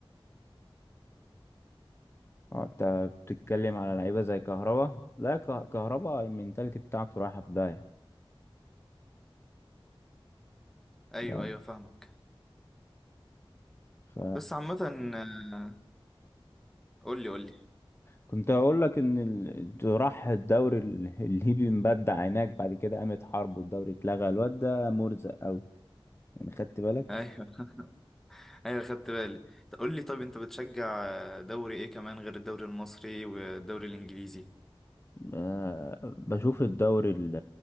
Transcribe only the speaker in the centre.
ايوه
ايوه فاهمك
بس عامة آه، قول لي قول لي <laughs>
ايوه ايوه خدت بالي طب قول لي طب انت بتشجع دوري ايه كمان غير الدوري المصري والدوري الانجليزي